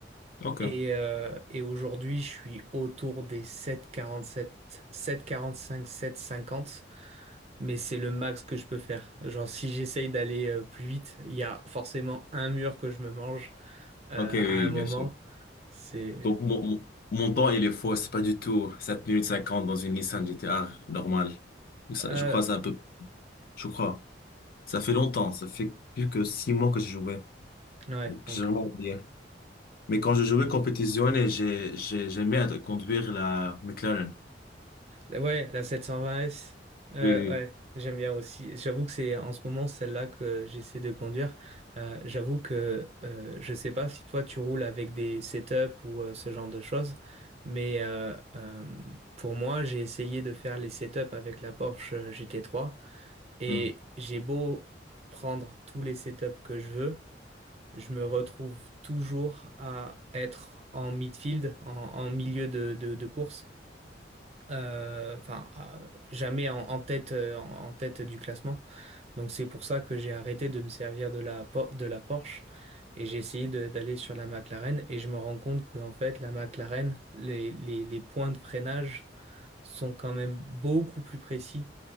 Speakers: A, on the left (about 55°); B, on the right (about 35°).
A: OK.
B: et, euh, et aujourd'hui je suis autour des sept virgule quarante-sept, sept virgule quarante-cinq, sept quarante quarante 7,47, 7,45, cinquante mais c'est le max que je peux faire. Genre si j'essaye d'aller euh, plus vite, il y a forcément un mur que je me mange euh,
A: OK, oui,
B: à un
A: oui,
B: moment.
A: bien sûr.
B: C'est...
A: Donc, mon, mon, mon temps, il est faux. C'est pas du tout 7 minutes 50 dans une Nissan GT-R normale. Donc, ça,
B: euh,
A: je crois que c'est un peu... Je crois. Ça fait longtemps, ça fait plus que six mois que je jouais.
B: ouais,
A: Donc,
B: donc
A: j'ai vraiment oublié. Mais quand je jouais compétition, et j'ai, j'ai, j'aimais être- conduire la McLaren.
B: Ouais, la 720S. Euh,
A: Oui, oui.
B: ouais, j'aime bien aussi. J'avoue que c'est en ce moment celle-là que j'essaie de conduire. Euh, j'avoue que euh, je sais pas si toi tu roules avec des setups ou euh, ce genre de choses, mais euh, euh, pour moi, j'ai essayé de faire les setups avec la Porsche GT3 et
A: Hmm.
B: j'ai beau prendre tous les setups que je veux, je me retrouve toujours à être en midfield, en, en milieu de de- de course euh, enfin à- jamais en, en tête euh, en, en tête du classement. Donc c'est pour ça que j'ai arrêté de me servir de la Por- de la Porsche et j'ai essayé de- d'aller sur la McLaren et je me rends compte qu'en fait la McLaren les, les, les points de freinage sont quand même beaucoup plus précis